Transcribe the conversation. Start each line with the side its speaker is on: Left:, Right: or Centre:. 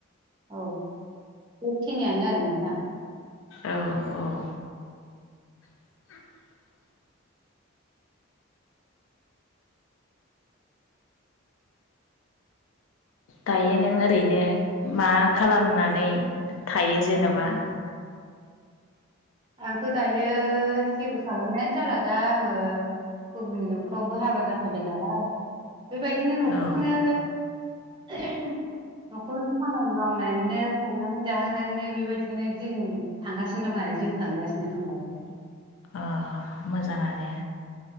Right: औ बेखिनियानो आरो नोंथां।
Left: औ औ <unintelligible> दायो नों ओरैनो मा खालामनानै? थायो जेने'बा?
Right: आंथ' दायो जेबो खालामनायानो जाला दा आङो। गुबुननि न'खरावबो हाबा जाफैबाय नालाय बेबायदिनो न'खरखौनो।
Left: औ
Right: <unintelligible> न'खरनि खामानि मावनानैनो संनानै जाहोनानैनो बेबायदिनो दिन थांगासिनो दं आरो जिउ थांगासिनो दंबायदि।
Left: अ मोजाङानो।